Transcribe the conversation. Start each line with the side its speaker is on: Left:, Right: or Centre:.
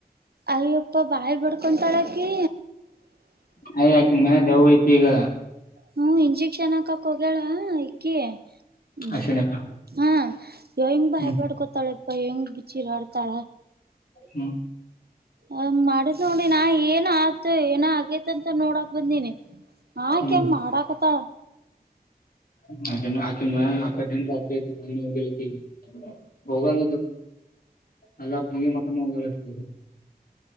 Right: ಅಯ್ಯಪ್ಪ ಬಾಯಿ ಬಡ್ಕೊಂತಾಳ ಹಕಿ
Left: ಹೆ ಅಕಿನ್ ಮೈಯ್ಯಾಗ ದೆವ್ವ ಐತಿ ಈಗ.
Right: ಹ್ಮ ಇಂಜೆಕ್ಷನ್ ಹಾಕಕ್ ಹೋಗಳ ಹಕಿ ಹ್ಮ
Left: ಅಶಿಣಕ್ಕ
Right: ಹಾ ಹೆಂಗ ಬಾಯಿ
Left: ಹ್ಮ್
Right: ಬಡ್ಕೊತಾಳ ಯಪ್ಪೋ ಅಯ್ಯಂಗ ಚಿರೋಡ್ ತಾಳ
Left: ಹ್ಮ್
Right: ಹ ಮಾಡ. ನೋಡಿ ನಾ ಏನ್ ಆತು ಏನ ಆಗೇತಂತ ನೋಡ. ಬಂದೇನೆ. ಆಕೆ
Left: ಹ್ಮ್
Right: ಮಾಡಾಕತ್ತ.
Left: <unintelligible> ಅ ರೋಗ ತಿ ಹೋಗ ನ ತ. ಎಲ್ಲಾ ಬುಗಿ ಮಕ್ಕನ್ಲ್ಲ ಇರ್ತದು.